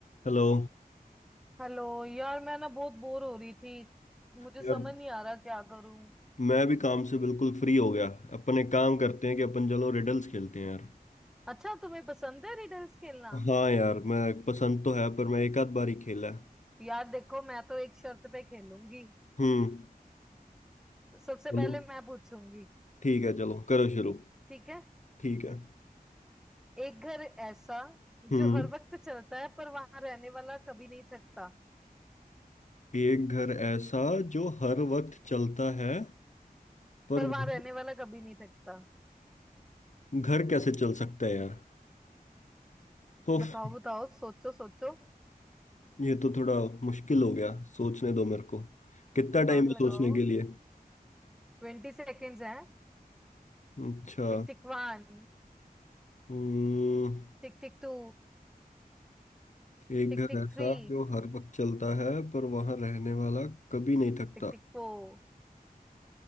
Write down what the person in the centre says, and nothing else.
Hello यार मैं ना बहुत बोर हो रही थी मुझे
समझ नहीं आ रहा क्या करूं
अच्छा तुम्हें पसंद है रिडल्स खेलना
यार देखो मैं तो एक शर्त पे खेलूंगी
सबसे
पहले मैं पूछूंगी
ठीक है
एक घर ऐसा जो
हर वक्त चलता है पर वहां रहने वाला कभी नहीं थकता
पर वहां
रहने वाला कभी नहीं थकता
बताओ बताओ सोचो सोचो
दिमाग
लगाओ
ट्वेंटी सेकेंड्स हैं
टिक टिक वन
टिक टिक टू
टिक
टिक
थ्री
टिक टिक फोर